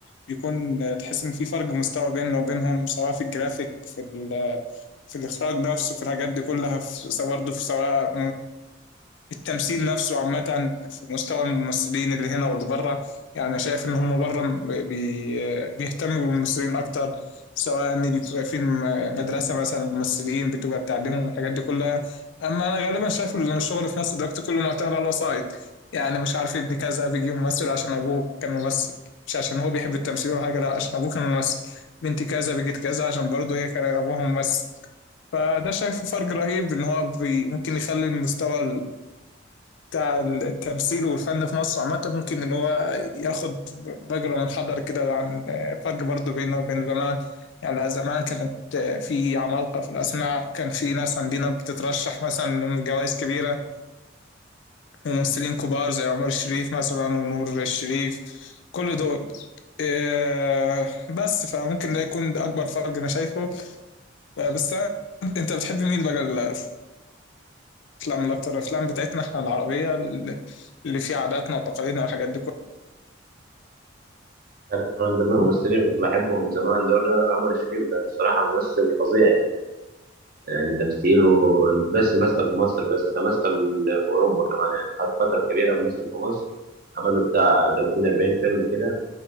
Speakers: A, on the left (about 65°); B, on the right (about 45°).
A: بيكون آه، تحس ان في فرق مستوى بيننا وبينهم سواء في الجرافيك في ال- في الاخراج نفسه في الحاجات دي كلها في سواء برضه في سواء التمثيل نفسه عامة في مستوى الممثلين اللي هنا واللي بره يعني أنا شايف إن هم بره م- بي بيهتموا بالممثلين أكتر سواء إن بيبقى في م- مدرسة مثلا ممثلين بتبقى بتعلمهم الحاجات دي كلها أما أنا غالبا شايف إن الشغل في مصر دلوقتي كله معتمد على الوسائط يعني مش عارف ابن كذا بيجي ممثل عشان أبوه كان ممثل مش عشان هو بيحب التمثيل ولا حاجة لا عشان أبوه كان ممثل بنت كذا بيجت كذا عشان برضه هي كان أبوها ممثل فده شايفه فرق رهيب ان هو بي ممكن يخلي المستوى بتاع التمثيل والفن في مصر عامة ممكن إن هو ياخد مجرى منحدر كده عن آه، فرق برضه بينه وبين زمان يعني زمان كانت آه، في عمالقة في الأسماء كان في ناس عندنا بتترشح مثلا لجوائز كبيرة ممثلين كبار زي عمر الشريف مثلا ونور الشريف كل دول إيه، بس فممكن ده يكون ده أكبر فرق أنا شايفه آه، بس أنا- أنت بتحب مين بقى الأفلام الأكتر الأفلام بتاعتنا إحنا العربية اللي اللي فيها عاداتنا وتقاليدنا والحاجات دي كلها.
B: يعني انا من ضمن الممثلين اللي كنت بحبهم زمان دول عمر الشريف ده الصراحه ممثل فظيع يعني تمثيله مش بس مثل في مصر بس ده مثل في أوروبا كمان يعني قعد فترة كبيرة ممثل في مصر عمل له بتاع 30 40 فيلم كده